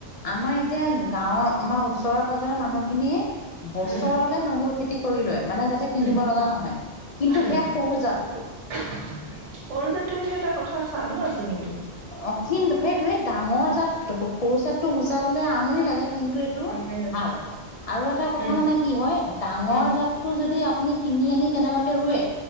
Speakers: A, on the left; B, on the right.
A: আমাৰ এতিয়া গাঁৱৰ আমাৰ ওচৰৰে পাজৰে মানুহখিনিয়ে বছৰলে
B: উম
A: নহৰু খেতি কৰি লয়। মানে যাতে কিনিব
B: উম
A: লগা নহয়, কিন্তু
B: উম
A: সেইয়া সৰু জাতটো।
B: সৰু জাটটো কিন্তু এটা কথা স্বাদু আছে কিন্তু।
A: অ' কিন্তু সেইটোৱে ডাঙৰ জাত- সৰু জাতটো গুচাবলে আমনি লাগে। কিন্তু এইটো
B: আমনি লাগে
A: ভাল, আৰু এটা কথা
B: উম
A: মানে কি হয় ডাঙৰ
B: উম
A: জাত টো যদি আপুনি কিনি আনি কেনেবাকে ৰুৱে